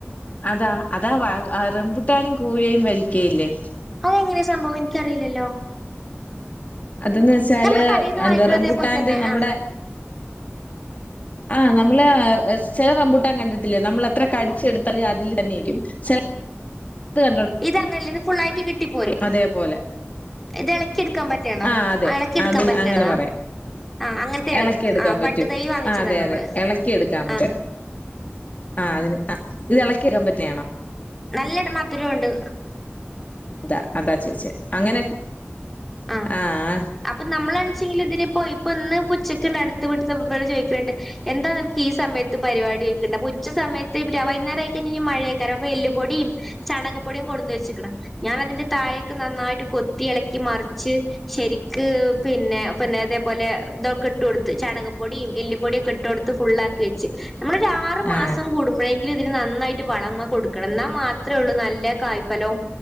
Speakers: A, on the left (about 35°); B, in the centre.
A: അതാ അതാ വ റംമ്പുട്ടാനും കൂഴയും വരിക്കയും ഇല്ലേ
B: അഹ് എങ്ങനെ സംഭവം ഇൻക്കറീല്ലല്ലോ
A: അതന്ന് വെച്ചാല്
B: നമ്മള് കടേന്ന് വാങ്ങിക്ക്ണതേപോൽ
A: എന്താ റംബുട്ടാന്റെ
B: തന്നെ
A: നമ്മുടെ
B: അഹ്
A: ആഹ് നമ്മള് ആഹ് ചെല റമ്പൂട്ടാൻ കണ്ടിട്ടില്ലേ നമ്മളെത്ര കടിച്ചെടുത്താലും അതില് തന്നെയിരിക്കും. ചെല ത്‌ കണ്ടോ
B: ഇതങ്ങനെല്ല ഇത് ഫുള്ളായിട്ട് കിട്ടിപ്പോരും.
A: അതേപോലെ
B: ഇതെളക്കി എടുക്കാൻ പറ്റ് - റ്റ്യേത.
A: ആ അതെ
B: എളക്കി എടുക്കാൻ
A: അതിന്
B: പറ്റ്ണേണ്
A: അങ്ങനെ
B: താ
A: പറയും
B: ആ അങ്ങൻത്തേണ്ത്.
A: ഇളക്കിയെടുക്കാൻ
B: ആഹ് ബഡ്ഡ്
A: പറ്റും
B: തൈയ്യ് വാങ്ങിച്ചതാ
A: ആ അതെ
B: നമ്മള്
A: അതെ ഇളക്കിയെടുക്കാം നമുക്ക്
B: ആഹ്
A: ആ അതിന് അ ഇതെളക്കി എട്ക്കാൻ പറ്റിയാണോ
B: നല്ല ട് മധുരവുണ്ട്
A: അതാ അതാ ചോയ്ച്ചേ അങ്ങനെ
B: ആ
A: ആഹ്
B: അപ്പൊ നമ്മളാണിച്ചെങ്കില് തിനെപ്പൊ ഇപ്പൊന്ന് ഉച്ചക്ക്ന്നടുത്തവീട്ടിത്തെ വൾ ചോയ്ക്ക്ണ് ണ്ട് എന്താ നിനക്ക് ഈ സമയത്ത് പരിപാടി ചോയ്ക്ണ്ട്, അപ്പൊ ഉച്ച സമയത്ത് വൈന്നാരായി കഴിഞ്ഞയ്ഞ്ഞാ മഴയേക്കാരം പ്പ എല്ലുപൊടിം ചാണകപൊടിം കൊടുന്ന് വെച്ച്ക്ക്ണ് ഞാനതിന്റെ താഴൊക്കെ നന്നായിട്ട് കൊത്തി എളക്കി മറിച്ച് ശരിക്ക് പിന്നെ പിന്നെ തേപോലെ തൊക്കെട്ട് കൊടുത്ത്. ചാണകപ്പൊടിം എല്ല്പ്പൊടിം ഒക്കെ ട്ടൊട്ത്ത് ഫുള്ളാക്കി വെച്ച് നമ്മളൊരാറ് മാസം
A: ആ
B: കൂടുമ്പൊഴേ ത്തിന് തിന് നന്നായിട്ട് വളമ കൊടുക്കണം. ന്നാ മാത്രേ ഒള്ളൂ നല്ല കായ് ഫലോം